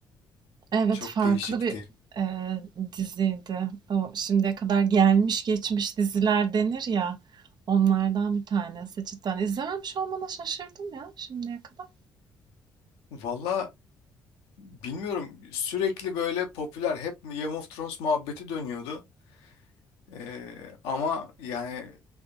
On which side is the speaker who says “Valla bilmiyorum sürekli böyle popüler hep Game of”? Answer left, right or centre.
Left